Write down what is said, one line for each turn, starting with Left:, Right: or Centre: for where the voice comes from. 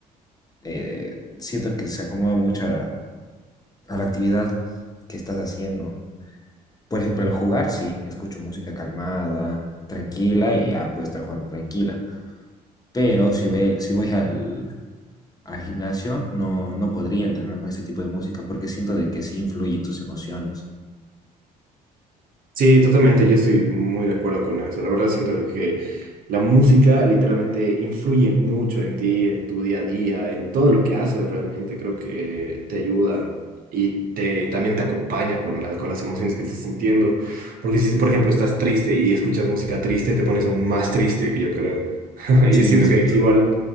Left: eh, siento que se acomoda mucho a la actividad que estás haciendo. Por ejemplo, al jugar, sí, escucho música calmada, tranquila y ya puedo estar jugando tranquila. Pero si voy, si voy al, al gimnasio, no, no podría entrenar con ese tipo de música porque siento de que sí influye en tus emociones.
Right: Sí, totalmente, yo estoy muy de acuerdo con eso. La verdad siento que la música literalmente influye mucho en ti, en tu día a día, en todo lo que haces realmente. Creo que te ayuda y te, también te acompaña con la- con las emociones que estés sintiendo. Porque si, por ejemplo, estás triste y escuchas música triste, te pones aún más triste, yo creo. <laughs> Y
Left: Sí,
Right: siento
Left: exacto.
Right: que igual,